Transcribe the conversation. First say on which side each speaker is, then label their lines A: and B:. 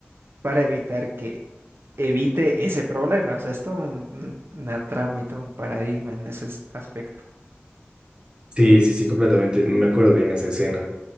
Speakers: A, on the right; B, on the right.
A: para evitar que evite ese problema. O sea, es todo un- un- una trama y todo un paradigma en ese as- aspecto.
B: Sí, sí, sí, completamente. Me acuerdo bien esa escena.